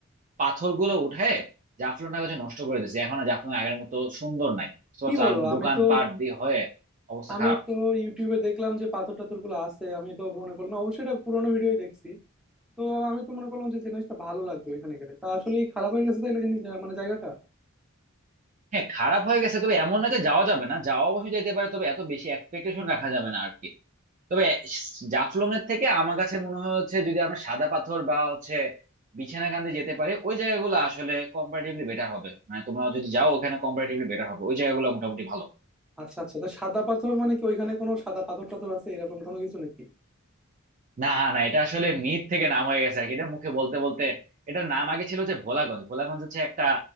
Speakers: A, on the right; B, in the centre.
A: পাথর গুলো উঠে জাফলংটাকে হচ্ছে নষ্ট করে দিয়েছে এখন আর জাফলং আগের মতো সুন্দর নাই বুঝতে
B: কি
A: পারছো?
B: বলো
A: আর দোকানপাট
B: আমি তো
A: দিয়ে হয়ে অবস্থা
B: আমি
A: খারাপ
B: তো ইউটিউবে দেখলাম যে পাথর টাথর গুলো আছে আমি তো মনে করলাম অবশ্যই এটা পুরোনো ভিডিওই দেখছি তো আমি তো মনে করলাম যে জিনিসটা ভালো লাগবে ওইখানে গেলে তা আসলেই খারাপ হয়ে গেছে তাইলে জিনিস মানে জায়গাটা
A: হ্যাঁ খারাপ হয়ে গেছে তবে এমন না যে যাওয়া যাবে না যাওয়া অবশ্যই যেতে পারে তবে এত বেশি এক্সপেকটেশন রাখা যাবে না আর কি তবে জাফলং এর থেকে আমার কাছে মনে হচ্ছে যদি আমরা সাদা পাথর বা হচ্ছে বিছানাকান্দি যেতে পারি ওই জায়গাগুলো আসলে কম্পারেটিভলি বেটার হবে মানে তোমরা যদি যাও ওখানে কম্পারেটিভলি বেটার হবে ওই জায়গাগুলো মোটামুটি ভালো
B: আচ্ছা আচ্ছা তা সাদা পাথর মানে কি ওইখানে কোনো সাদা পাথর টাথর আছে এরকম কোনো কিছু নাকি
A: না না এটা আসলে মিথ থেকে নাম হয়ে গেছে আর কি এটা মুখে বলতে বলতে এটার নাম আগে ছিল যে ভোলাগঞ্জ ভোলাগঞ্জ হচ্ছে একটা